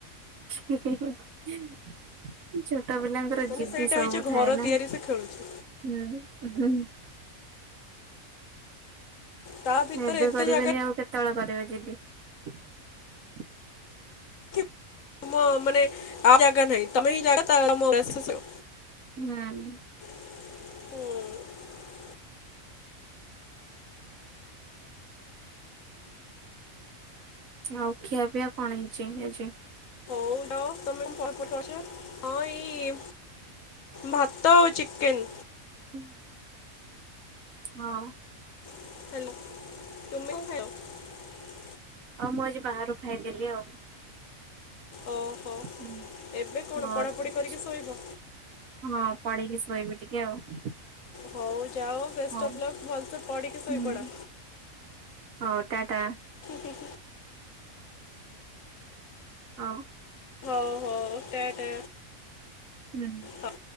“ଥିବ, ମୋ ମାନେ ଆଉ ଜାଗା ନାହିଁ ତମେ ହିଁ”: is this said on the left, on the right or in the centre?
Left